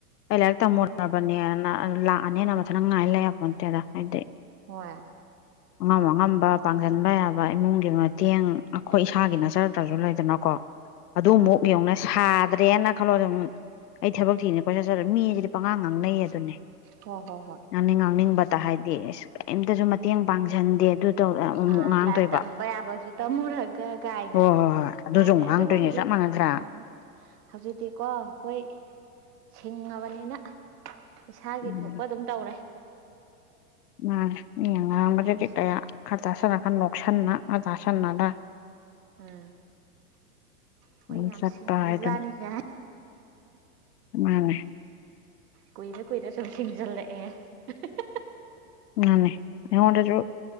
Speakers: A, on the left (about 80°); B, on the right (about 80°).
A: ꯑꯩ ꯂꯥꯏꯔꯤꯛ ꯇꯝꯃꯨꯔꯕꯅꯦꯅ ꯂꯥꯛꯑꯅꯦꯅ ꯉꯥꯏꯂꯩ ꯌꯥꯄꯣꯟꯇꯦꯗ ꯍꯥꯏꯗꯤ
B: ꯍꯣꯏ
A: ꯑꯉꯝ ꯑꯉꯝꯕ ꯄꯥꯡꯁꯤꯟꯕ ꯌꯥꯕ ꯏꯃꯨꯡꯒꯤ ꯃꯇꯦꯡ ꯑꯩꯈꯣꯏ ꯏꯁꯥꯒꯤ
B: ꯑꯥ
A: ꯅꯠꯆꯥ ꯭ꯔꯁꯨ ꯂꯩꯗꯅꯀꯣ ꯑꯗꯨꯃꯨꯛ
B: ꯑꯥ
A: ꯌꯦꯡꯉꯨꯅꯦ ꯁꯥꯗ꯭ꯔꯦꯅ ꯈꯜꯂꯣ ꯑꯗꯨꯃꯨꯛ ꯑꯩ ꯊꯕꯛ ꯊꯤꯅꯤ ꯀꯣꯏ ꯆꯠꯆꯠꯂꯥ ꯃꯤꯁꯤꯗꯤ ꯄꯉꯥꯡ ꯉꯥꯡꯅꯩ ꯑꯗꯨꯅꯦ
B: ꯍꯣ ꯍꯣ ꯍꯣꯏ
A: ꯉꯥꯡꯅꯤꯡ ꯉꯥꯡꯅꯤꯡꯕꯇ ꯍꯥꯏꯗꯤ ꯑꯁ ꯀꯩꯝꯇꯁꯨ ꯃꯇꯦꯡ ꯄꯥꯡꯁꯤꯟꯗꯦ ꯑꯗꯨ ꯇꯧ ꯑꯃꯨꯛ
B: ꯑ
A: ꯉꯥꯡꯗꯣꯏꯕ
B: ꯂꯥꯏꯔꯤꯛ ꯇꯝꯕ ꯌꯥꯕꯁꯨ ꯇꯝꯃꯨꯔꯒ ꯒꯥꯏꯅ
A: ꯍꯣꯏ ꯍꯣꯏ ꯍꯣꯏ ꯑꯗꯨꯁꯨ
B: ꯍꯥꯏꯅꯦ
A: ꯑꯃꯨꯛ
B: ꯑꯗꯨꯅ
A: ꯉꯥꯡꯗꯣꯏꯅꯦ
B: ꯍꯧꯖꯤꯛ
A: ꯆꯞ ꯃꯥꯟꯅꯗ꯭ꯔꯥ
B: ꯑ ꯍꯧꯖꯤꯛꯇꯤꯀꯣ ꯑꯩꯈꯣꯏ ꯁꯤꯡꯉꯕꯅꯤꯅ ꯏꯁꯥꯒꯤ
A: ꯎꯝ
B: ꯊꯣꯛꯄ ꯑꯗꯨꯝ ꯇꯧꯔꯦ
A: ꯎꯝ ꯃꯤꯅ ꯉꯥꯡꯕꯗꯨꯗꯤ
B: ꯌꯥꯝ
A: ꯀꯌꯥ ꯈꯥ ꯇꯥꯁꯤꯟꯅ ꯈꯥ ꯅꯣꯛꯁꯟꯅ ꯈꯥ ꯇꯥꯁꯟꯅꯗ
B: ꯎꯝ ꯈꯣꯏ
A: ꯑꯗꯨꯝ
B: ꯌꯥꯝ
A: ꯆꯠꯄ
B: ꯁꯤꯡꯉꯕ
A: ꯍꯥꯏꯗꯨꯅꯤ
B: ꯖꯥꯠꯅꯤ ꯒꯥꯏ
A: ꯃꯥꯅꯤ
B: ꯀꯨꯏꯔ ꯀꯨꯏꯔ ꯁꯨꯝ ꯁꯤꯡꯖꯜꯂꯛꯑꯦ <unintelligible>
A: ꯃꯥꯅꯦ ꯑꯩꯉꯣꯟꯗꯁꯨ